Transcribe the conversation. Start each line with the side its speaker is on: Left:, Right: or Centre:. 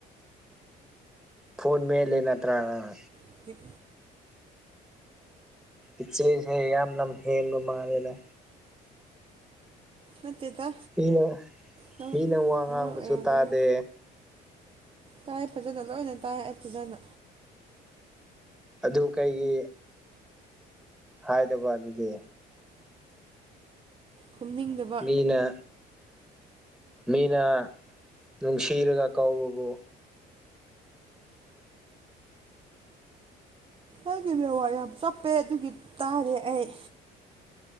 Centre: ꯐꯣꯟ ꯃꯦꯠ ꯂꯩ ꯅꯠꯇ꯭ꯔ ꯅꯪ
Right: ꯍꯧꯖꯤꯛ
Centre: ꯏꯆꯦꯁꯦ ꯌꯥꯝ ꯂꯝ ꯍꯦꯟꯕ ꯃꯥꯜꯂꯦꯗ꯫
Right: ꯅꯠꯇꯦꯗ
Centre: ꯃꯤꯅ
Right: ꯅꯪ
Centre: ꯃꯤꯅ ꯋꯥ ꯉꯥꯡꯕꯁꯨ
Right: ꯅꯪ ꯑꯣꯏꯔꯝꯒꯅꯤ
Centre: ꯇꯥꯗꯦ꯫
Right: ꯇꯥꯏ ꯐꯖꯅ ꯂꯣꯏꯅ ꯇꯥꯏ ꯑꯩ ꯐꯖꯅ꯫
Centre: ꯑꯗꯨ ꯀꯩꯒꯤ ꯍꯥꯏꯗꯕ ꯑꯗꯨꯗꯤ
Right: ꯈꯨꯝꯅꯤꯡꯗꯕ
Centre: ꯃꯤꯅ ꯃꯤꯅ ꯅꯨꯡꯁꯤꯔꯒ ꯀꯧꯕꯕꯨ
Right: ꯑꯩꯒꯤ ꯅꯦꯠꯋꯥꯛ ꯌꯥꯝ ꯆꯞꯄꯦ ꯑꯗꯨꯒꯤ ꯇꯥꯗꯦ ꯑꯩ